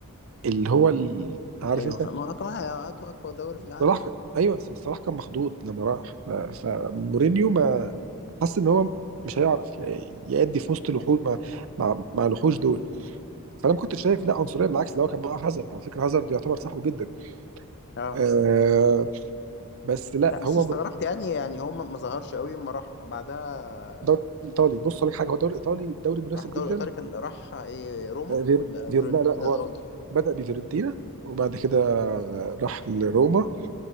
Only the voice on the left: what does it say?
ايوه
فاهم هو طبعا هاتوا اقوى دوري في العالم
اه
لا بس
استغربت
يعني يعني هو ما ما ظهرش قوي اما راح بعدها
راح الدوري
الإيطالي كان راح إيه روما
ولا
فيورنتينا
الأول